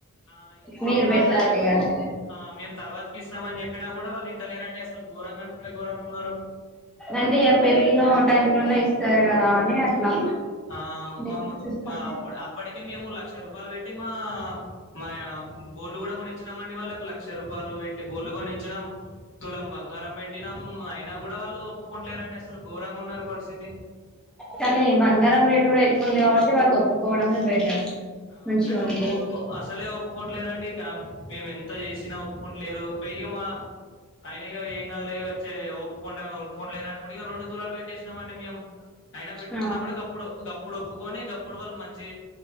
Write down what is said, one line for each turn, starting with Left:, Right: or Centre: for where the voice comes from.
Left: ఆ ఇప్పుడు
Centre: మీరు
Left: మాగాడ
Centre: పెట్టాలి
Left: లేవుం
Centre: కదా
Left: తర్వాతకి ఇస్తామని చెప్పినా కూడా వాళ్ళు ఇంతలేరండి అసలు ఘోరంగా అంటే ఘోరంగా ఉన్నారు.
Centre: అంటే ఇ పెళ్ళ టై లోనే ఇస్తారు కదా అని అట్లా
Left: ఆ
Centre: నేను
Left: మమ
Centre: చూస్తాను
Left: అప్పుడు అప్పటికి అ మేము లక్ష రూపాయలు పెట్టి మా, మా బోళ్ళు కూడా కొనిచ్చినాం అండి వాళ్ళకు లక్ష రూపాయలు పెట్టి బోళ్ళ కొనిచ్చినాం, తులం బంగారం పెట్టినాం, అయినా కూడా వాళ్ళు ఒప్పుకుంటలేరండి అసలు ఘోరంగా ఉన్నారు పరిస్థితి
Centre: కానీ బంగారం రేటు కూడా ఎక్కువ ఉంది కాబట్టి వాళ్ళు ఒప్పుకోవడమే బెటర్
Left: ఆ
Centre: మంచిగా
Left: కానీ
Centre: ఉండు
Left: అసలే ఒప్ ఒప్పుకోట్లేరు అండి ఇక మేము ఎంత చేసినా ఒప్పుకోంట్లేరు పెయ్యమ్మా ఆయన గూడ ఏం కదులే వచ్చే ఇగ ఒప్పు కొంటారొ ఒప్పు కుంట్లేరని ఇగ రెండు తూలాలు పెట్టే చేసినం అండి మేము అయినా పెట్టుకున్నా
Centre: ఆ
Left: కూడా గప్పుడు గప్పుడు ఒప్పుకొని గ కూడువళ్ళు మంచి